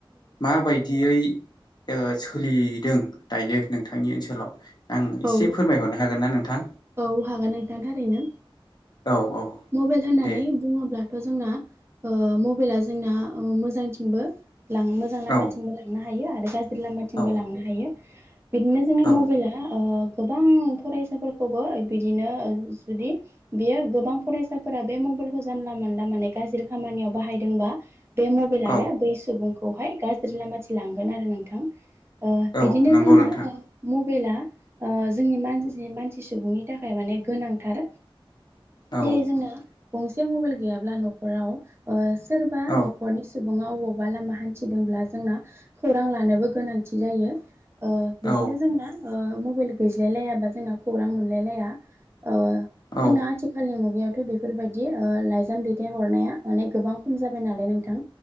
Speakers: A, on the left; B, on the right.
A: माबायदियै। ओ सोलिदों दायो नोंथांनि ओनसोलाव आं एसे
B: औ
A: फोरमायहरनो हागोन ना नोंथां।
B: औ हागोन नोंथां थारैनो
A: औ औ
B: मबेल होननानै
A: दे
B: बुङोब्ला। दाथ' जोंना ओ मबाइला जोंना ओ मोजांथिंबो। लां मोजां लामाथिंबो
A: औ
B: लांनो हायो आरो गाज्रि लामाथिंबो
A: औ
B: लांनो हायो। बिदिनो जोंनि
A: औ
B: मबाइला ओ गोबां फरायसाफोर बिदिनो जुदि बेयो गोबां फरायसाफोरा बे मबाइलखौ जानला मानला माने। गाज्रि खामानियाव बाहायदोंबा बे मबाइलानो
A: औ
B: बै सुबुंखौहाय गाज्रि लामाथिं लांगोन आरो नोंथां। ओ
A: औ
B: बिदिनो
A: नंगौ
B: जोंना
A: नोंथां
B: मबाइला ओ जोंनि मानसि मानसि। सुबुंनि थाखाय माने गोनांथार
A: औ
B: जेरै जोंना गं से मबाइल गैयाब्ला न'खराव सोरबा
A: औ
B: न'खरनि सुबुं अबावबा लामा हान्थिदोंब्ला जोंना खौरां लानोबो गोनांथि जायो। ओ बिदिनो
A: औ
B: जोंना मबाइल गैज्लायलायााबा जोंना खौरां मोनलायलाया। ओ
A: औ
B: जोंना आथिखालनि मुगा। बेयावथ' बेफोरबायदि ओ लाइजाम दैथाय हरनाया माने गोबां खम जाबाय नालाय नोंथां।